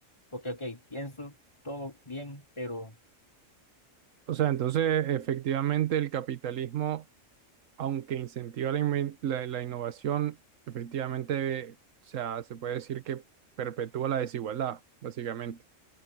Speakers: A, on the left (about 20°); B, on the right (about 85°).
A: Porque, ok, pienso todo bien, pero
B: O sea, entonces, efectivamente, el capitalismo, aunque incentiva la, inven- la, la innovación, efectivamente, o sea, se puede decir que perpetúa la desigualdad, básicamente,